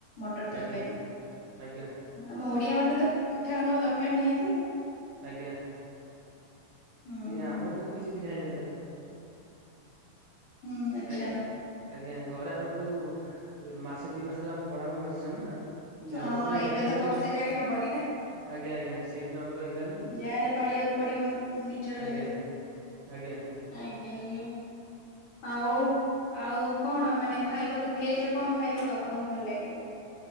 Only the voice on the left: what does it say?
ମଟର ତରକାରୀ
ଆମ ଓଡିଆ ମାନେ ତ ପିଠା ଆମର ଦରକାର ନିହାତି ଆଉ।
ହୁଁ
ହୁଁ
ହୁଁ ଆଚ୍ଛା।
ଅ
ଏବେ
ତ ବର୍ଷେ ଯାକେ ହବନି ନା।
ଯାହାହେଲେ ପାଳିବାକୁ ପଡିବ ନିଜର
ଯେହେତୁ
ଆଜ୍ଞା ଆଜ୍ଞା। ଆଉ ଆଉ କଣ ମାନେ ଖାଇବାକୁ ଭେଜରେ କଣ ଖାଇବାକୁ ଆପଣଙ୍କୁ ଭଲ ଲାଗେ?